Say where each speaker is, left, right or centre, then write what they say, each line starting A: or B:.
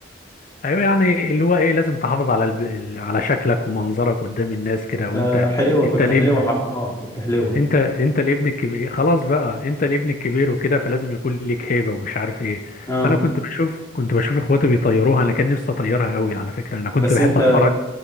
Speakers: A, on the left; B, on the left.
A: أيوه يعني اللي هو إيه لازم تحافظ على الب... ال- على شكلك ومنظرك قدام الناس كده وأنت
B: آه، حلوه كنت
A: انت ليه
B: حلوه حق اه كنت حلوه
A: انت انت الابن الكبير خلاص بقى انت الابن الكبير وكده فلازم يكون ليك هيبه ومش عارف ايه
B: اه
A: فانا كنت بشوف كنت بشوف اخواتي بيطيروها انا كان نفسي اطيرها قوي على فكره انا كنت
B: بس
A: بحب
B: انت
A: اتفرج